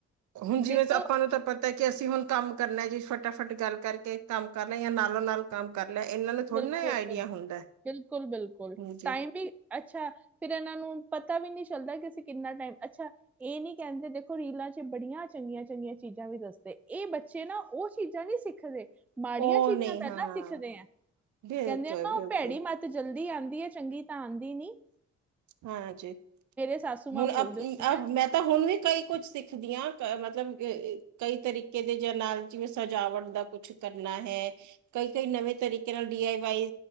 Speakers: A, on the right; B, in the centre.
A: ਹੁਣ ਜਿਵੇਂ
B: ਦੇਖੋ
A: ਆਪਾਂ ਨੂੰ ਤਾਂ ਪਤਾ ਤਾਂ ਕਿ ਅਸੀਂ ਹੁਣ ਕੰਮ ਕਰਨਾ ਜੀ ਫਟਾਫਟ ਗੱਲ ਕਰਕੇ ਕੰਮ ਕਰ ਲੈ ਜਾਂ ਨਾਲੋਂ- ਨਾਲ। ਕੰਮ ਕਰ ਲਿਆ ਇਹਨਾਂ ਨੂੰ ਥੋੜਾ
B: ਬਿਲਕੁਲ
A: ਨਾ
B: ਬਿਲਕੁਲ
A: ਆਈਡੀਆ ਹੁੰਦਾ।
B: ਬਿਲਕੁਲ ਬਿਲਕੁਲ
A: ਹਾਂਜੀ।
B: ਟਾਈਮ ਵੀ ਅੱਛਾ। ਫੇਰ ਇਹਨਾਂ ਨੂੰ ਪਤਾ ਵੀ ਨਹੀਂ ਚੱਲਦਾ ਕਿ ਅਸੀਂ ਕਿੰਨਾ ਟਾਈਮ ਅੱਛਾ। ਇਹ ਨੀ ਕਹਿੰਦੇ ਦੇਖੋ ਰੀਲਾਂ ਚ' ਬੜੀਆਂ ਚੰਗੀਆਂ- ਚੰਗੀਆਂ ਚੀਜ਼ਾਂ ਵੀ ਦੱਸਦੇ ਇਹ ਬੱਚੇ ਨਾ ਉਹ ਚੀਜ਼ਾਂ ਨੀ ਸਿੱਖ ਸਿੱਖਦੇ ਮਾੜੀਆਂ
A: ਉਹ
B: ਚੀਜ਼ਾਂ
A: ਨਹੀਂ
B: ਪਹਿਲਾਂ
A: ਹਾਂ
B: ਸਿੱਖਦੇ ਆਂ।
A: ਬਿਲਕੁਲ
B: ਕਹਿੰਦੇ ਆ ਨਾ
A: ਬਿਲਕੁਲ
B: ਉਹ ਭੈੜੀ ਮੱਤ ਜਲਦੀ ਆਉਂਦੀ ਹੈ ਚੰਗੀ ਤਾਂ ਆਉਂਦੀ ਨੀ।
A: ਹਾਂ ਜੀ।
B: ਸਾਸੂ ਮਾਂ
A: ਹੁਣ
B: ਬੋਲਦੇ ਹੁੰਦੇ
A: ਅ
B: ਆ
A: ਮੈਂ ਤਾਂ ਹੁਣ ਵੀ ਕਈ ਕੁੱਝ ਸਿੱਖਦੀਆਂ ਮਤਲਬ ਕਈ ਤਰੀਕੇ ਦੇ ਜ ਨਾਲ ਜਿਵੇਂ ਸਜਾਵਟ ਦਾ ਕੁਛ। ਕਰਨਾ ਹੈ। ਕਈ- ਕਈ ਨਵੇਂ ਤਰੀਕੇ ਨਾਲ ਡੀ ਆਈ ਵਾਈ